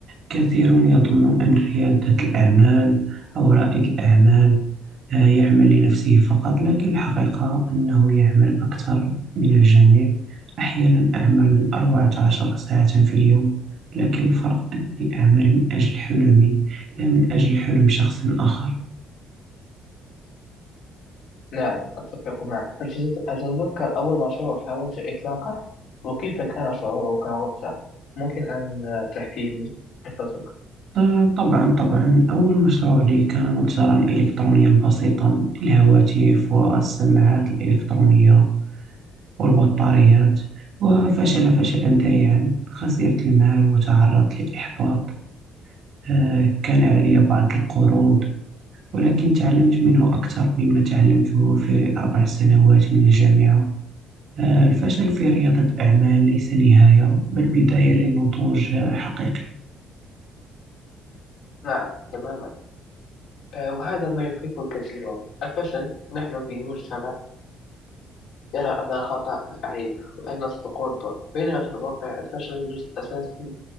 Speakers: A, on the right; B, on the left.
A: كثيرون يظنون أن ريادة الأعمال أو رائد الأعمال آه، يعمل لنفسه فقط لكن الحقيقة أنه يعمل أكثر من الجميع أحيانا أعمل 14 ساعة في اليوم لكن الفرق أني أعمل من أجل حلمي لا من أجل حلم شخص آخر
B: نعم أتفق معك هل تت- هل تتذكر أول مشروع حاولت إطلاقه وكيف كان شعورك وقتها ممكن أن آه، تحكي لي قصتك
A: آه، طبعا طبعا أول مشروع لي كان متجرا إلكترونيا بسيطا للهواتف والسماعات الإلكترونية والبطاريات وفشل فشلا ذريعا خسرت المال وتعرضت للإحباط آه، كان علي بعض القروض ولكن تعلمت منه أكثر مما تعلمته في أربع سنوات من الجامعة آه، الفشل في ريادة الأعمال ليس نهاية بل بداية لنضوج آه، حقيقي
B: نعم تماما آه، وهذا ما يخيف الكثيرون الفشل نحن في مجتمع يرى أن الخطأ عيب وأن السقوط ضعف بينما في الواقع الفشل جزء أساسي